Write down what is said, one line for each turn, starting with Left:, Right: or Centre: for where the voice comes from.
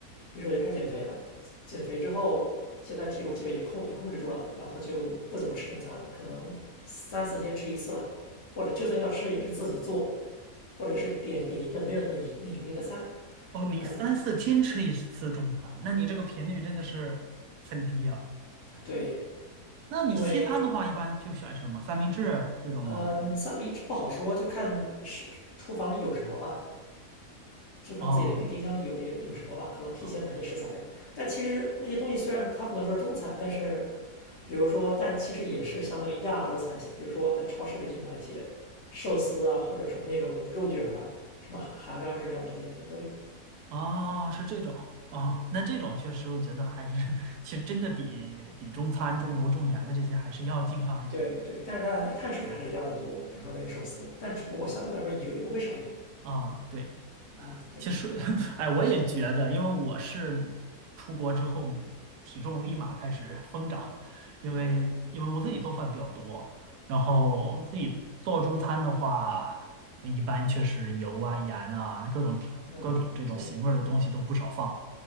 Left: 于是我就开始减肥了。减肥之后，现在体重基本也控也控制住了嘛，然后就不怎么吃中餐了，可能三四天吃一次吧，或者就算要吃也是自己做，或者是点点一个没有那么油油腻的菜。
Right: 哦，你三四天吃一次中餐，
Left: 嗯，
Right: 那你这个频率真的是很低呀、
Left: 对，
Right: 那你西餐的话，
Left: 因为
Right: 一般就选什么三明治这种吗？
Left: 嗯三明治不好说，就看是厨房里有什么吧。就看自己的冰冰箱里有有有什么吧，
Right: 哦，
Left: 可能提前买些食材。
Right: 哦，
Left: 但其实那些东西虽然说它不能说中餐，但是比如说，但其实也是相当于亚洲菜系。比如说在超市里去买一些寿司啊，或者说那种肉卷儿啊，什么韩韩料、日料这些的都有。
Right: 哦是这种哦，
Left: 嗯，
Right: 那这种确实，我觉得还是 <laughs> 其实真的比比中餐重油重盐的这些还是要健康一点儿
Left: 对对，但是它它碳水还是一样的多，比如说那个寿司，但只不过相对来说油油会少一点。
Right: 啊。对，
Left: 嗯，对
Right: 其实，<laughs> 哎，我也觉得，因为我是出国之后体重立马开始疯长，因为因为我自己做饭比较多，
Left: 对，
Right: 然后自己做中餐的话，呃一般确实油啊、盐啊、各种调、
Left: 嗯对
Right: 各种这种咸味儿的东西都不少放，